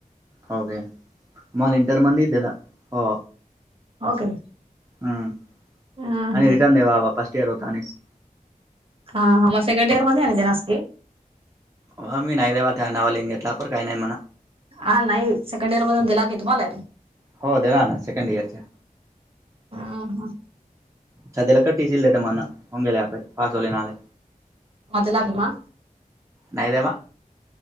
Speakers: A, on the right; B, on the right.
A: होगे मला इंटर मंदी दिला हो.
B: ओके.
A: हम्म
B: हा
A: आणि
B: हा
A: रिटर्न देवावा फस्ट इयर होता आणिस.
B: हां हां म सेकंड इयर मध्ये आणि देणास की.
A: हो मी नाही देवा त्या नावा लिंग घेतला पर काही नाही म्हणा.
B: हां नाही सेकंड इयर मधून दिला की तुम्हाला?
A: हो देणार ना सेकंड इयरच्या.
B: हा हा
A: सदेला का टी सील देत म्हण उंगल्या अपय पास होले नाले
B: मदलागमा
A: नाही देेवा.